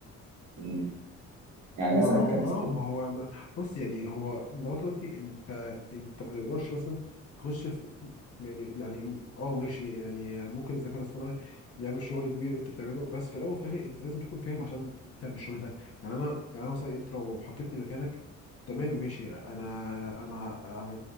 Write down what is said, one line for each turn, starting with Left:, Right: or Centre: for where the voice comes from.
Right: مم. يعني
Left: ما
Right: مثلا
Left: هو
Right: كمثال
Left: اه ما هو ما بص يعني هو ضغط وقتي انت انت ما تقدرش مثلا تخش في يعني يعني اه ماشي يعني ممكن الذكاء الاصطناعي يعمل شغل كبير انت بتعمله بس في الاول وفي الاخر انت لازم تكون فاهم عشان تعمل الشغل ده يعني انا يعني انا مثلا انت لو حطيتني مكانك تمام ماشي انا انا ه-